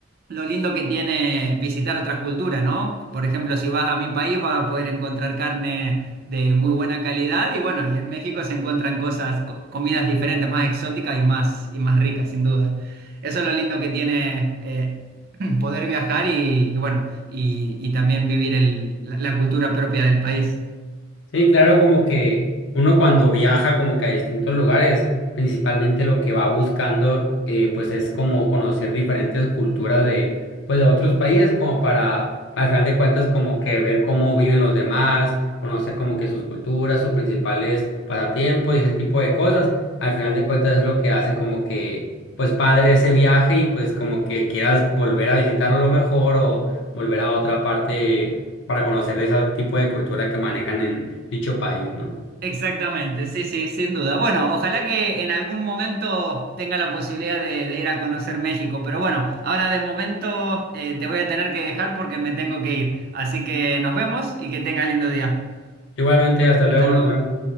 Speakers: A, on the right; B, on the left.
A: Lo lindo que tiene visitar otras culturas, ¿no? Por ejemplo, si vas a mi país vas a poder encontrar carne de muy buena calidad y bueno, y en México se encuentran cosas, co- comidas diferentes, más exóticas y más, y más ricas, sin duda. Eso es lo lindo que tiene eh, <clears throat> poder viajar y, y bueno, y, y también vivir el- la la cultura propia del país.
B: Sí, claro, como que uno cuando viaja como que a distintos lugares, principalmente lo que va buscando eh, pues es como conocer diferentes culturas de pues de otros países como para al final de cuentas como que ver cómo viven los demás, conocer como que sus culturas, sus principales pasatiempos y ese tipo de cosas. Al final de cuentas es lo que hace como que pues padre ese viaje y pues como que quieras volver a visitarlo mejor o volver a otra parte para conocer ese tipo de cultura que manejan en dicho país, ¿no?
A: Exactamente, sí, sí, sin duda. Bueno, ojalá que en algún momento tenga la posibilidad de, de ir a conocer México, pero bueno, ahora de momento eh, te voy a tener que dejar porque me tengo que ir. Así que nos vemos y que tengas lindo día.
B: Igualmente, hasta luego,
A: Hasta luego.
B: nos vemos.